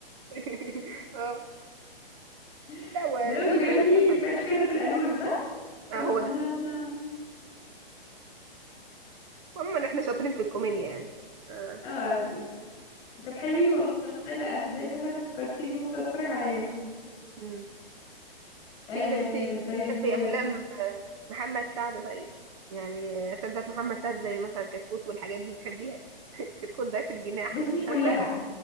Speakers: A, on the right; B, on the left.
A: <laughs> اه
B: <laughs>
A: لا هو
B: ده لو كان
A: ليه
B: بيغني
A: شوية أفلام
B: فيه
A: حلوة
B: كانش كادر في القالولو صح؟ كمان
A: اه هو ده
B: اه
A: عموما احنا شاطرين في الكوميديا يعني اه
B: <laughs> اه طب حلوين والله لا صدق فعلا فكرتي بيهم ممكن اتفرج عليهم
A: مم.
B: آه
A: في طب انت
B: طيب
A: بتحبي
B: و...
A: أفلام آه، محمد سعد طيب يعني آه، أفلام بتاعت محمد سعد زي مثلا كتكوت والحاجات دي بتحبيها <laughs> كتكوت ده في الجناح
B: بس مش
A: <laughs>
B: كلها
A: عارفة